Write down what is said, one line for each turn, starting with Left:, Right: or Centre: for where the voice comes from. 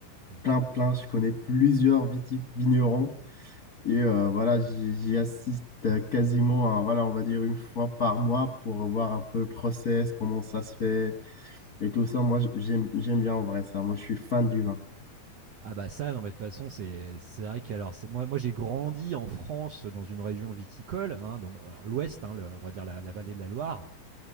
Right: mmh.
Left: plein, plein. Je connais plusieurs viti- vignerons. Et euh, voilà, j'y j'y assiste euh, quasiment, à, voilà, on va dire une fois par mois pour voir un peu le process, comment ça se fait et tout ça. Moi, j- j'aime, j'aime bien en vrai ça. Moi, je suis fan du vin.
Right: Ah bah ça, non mais de toute façon c'est c'est vrai qu'alors c'est moi moi j'ai grandi en France, dans une région viticole, hein, donc alors l'ouest, hein, le on va dire la la vallée de la Loire.